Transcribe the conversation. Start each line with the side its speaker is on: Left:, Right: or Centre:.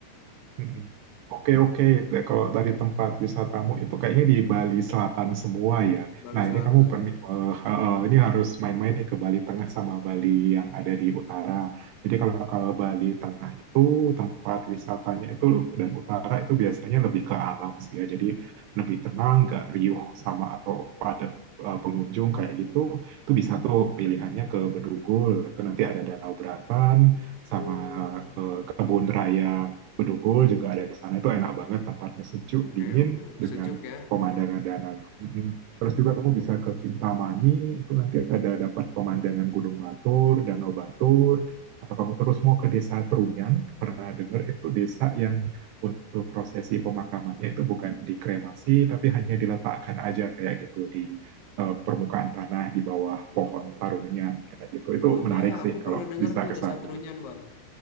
Right: Mm-mm. Oke, oke. Nah, Kalau dari tempat wisatamu itu kayaknya di Bali Selatan semua ya.
Left: Bali
Right: Nah,
Left: Selatan.
Right: ini kamu pernah, eh, eh, ini harus main-main nih ke Bali Tengah sama Bali yang ada di utara. Jadi kalau kalau Bali Tengah itu tempat wisatanya itu dan utara itu biasanya lebih ke alam sih ya. Jadi lebih tenang, nggak riuh sama atau padat eh, pengunjung kayak gitu. Itu bisa tuh pilihannya ke Bedugul. Itu nanti ada Danau Beratan sama
Left: Oh,
Right: eh, kebun raya Bedugul juga ada di sana itu enak banget tempatnya sejuk
Left: oke
Right: dingin
Left: oke. Oh,
Right: dengan
Left: Sejuk ya.
Right: pemandangan danaunya. Mhm. Terus juga kamu bisa ke Kintamani itu nanti ada dapat pemandangan Gunung Batur, Danau Batur. Atau kamu terus mau ke Desa Trunyan, pernah dengar itu desa yang untuk prosesi pemakamannya itu bukan dikremasi, tapi hanya diletakkan aja kayak gitu di eh, permukaan tanah di bawah pohon tarunyan kayak gitu. Itu
Left: Oh
Right: menarik
Left: iya,
Right: sih
Left: aku
Right: kalau
Left: pernah dengar
Right: bisa
Left: tuh
Right: ke sana.
Left: Desa Trunyan, Bang.